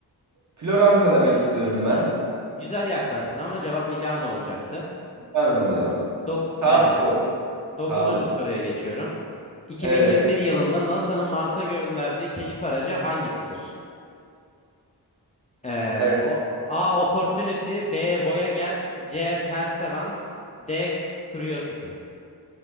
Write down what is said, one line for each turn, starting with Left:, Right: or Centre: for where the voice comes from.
Right: Floransa demek istiyorum ben.
Left: Güzel yaklaştın ama cevap Milano olacaktı.
Right: Tanrı mıydı?
Left: Dok
Right: Sağlık
Left: aynen.
Right: olsun.
Left: Dokuzuncu
Right: Sağlık olsun.
Left: soruya geçiyorum. 2021
Right: Evet.
Left: yılında NASA'nın Mars'a gönderdiği keşif aracı hangisidir? Ee,
Right: Evet.
Left: o, A. Opportunity B. Voyager C. Perseverance D. Curiosity